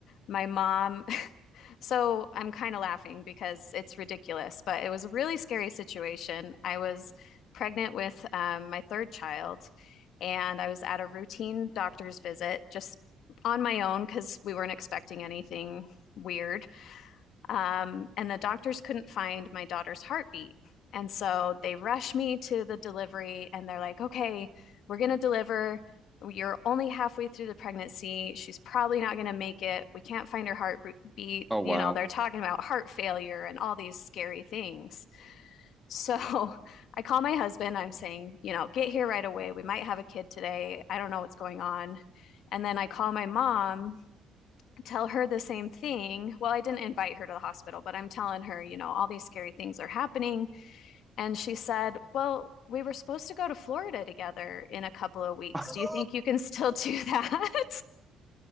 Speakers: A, on the left; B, in the centre.
A: my mom <laughs> So I'm kind of laughing because it's ridiculous, but it was a really scary situation. I was pregnant with um, my third child, and I was at a routine doctor's visit just on my own because we weren't expecting anything weird. Um, and the doctors couldn't find my daughter's heartbeat. And so they rush me to the delivery and they're like, okay, we're going to deliver. You're only halfway through the pregnancy. She's probably not going to make it. We can't find her heartbeat.
B: Oh, wow.
A: You know, they're talking about heart failure and all these scary things. So <laughs> I call my husband. I'm saying, you know, get here right away. We might have a kid today. I don't know what's going on. And then I call my mom tell her the same thing. Well, I didn't invite her to the hospital, but I'm telling her, you know, all these scary things are happening. And she said, Well, we were supposed to go to Florida together in a couple of weeks.
B: <laughs>
A: Do you think you can <laughs> still do that?